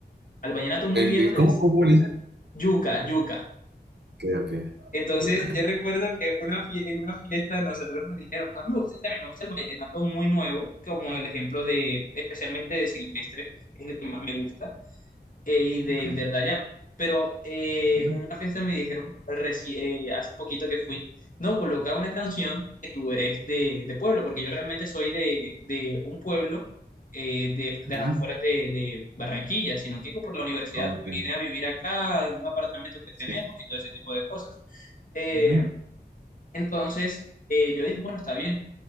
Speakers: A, on the left; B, on the right.
A: Al vallenato muy
B: El,
A: viejo
B: el-
A: le
B: ¿cómo,
A: decimos
B: cómo, cómo le dice?
A: yuca, yuca.
B: Ok, ok.
A: Entonces,
B: Yuca.
A: yo recuerdo que una fie- en una fiesta nosotros nos dijeron, a mí me gusta, también me gusta el vallenato muy nuevo, como el ejemplo de, especialmente de Silvestre, es el que más me gusta eh, y del
B: Ok.
A: del Dayan. Pero eh,
B: Ujú,
A: en una fiesta me dijeron reci- eh, hace poquito que fui, no, coloca una canción que tú eres de, de pueblo, porque yo realmente soy de, de un pueblo eh, de, de
B: ujú.
A: las afueras de, de Barranquilla, sino que por la universidad
B: Ok,
A: vine a vivir acá, en un apartamento que tenemos
B: sí.
A: y todo ese tipo de cosas. Eh,
B: Ujú.
A: entonces, eh, yo dije, bueno, está bien